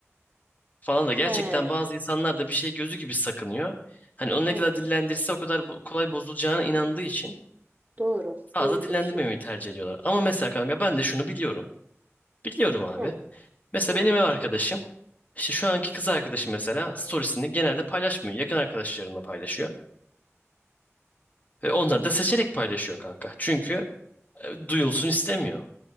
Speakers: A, on the left; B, on the right.
A: falan da gerçekten
B: He,
A: bazı insanlar da bir şey gözü gibi sakınıyor. Hani onu ne
B: evet.
A: kadar dillendirirse o kadar bu- kolay bozulacağına inandığı için
B: Doğru.
A: fazla
B: Öyle
A: dillendirmemeyi
B: de bir şey var.
A: tercih ediyorlar. Ama mesela kanka ben de şunu biliyorum. Biliyorum abi.
B: Hı.
A: Mesela
B: Nedir?
A: benim ev arkadaşım işte şu anki kız arkadaşım mesela storiesini genelde paylaşmıyor. Yakın arkadaşlarında paylaşıyor. Ve onları
B: Hmm.
A: da seçerek paylaşıyor kanka. Çünkü e, duyulsun istemiyor.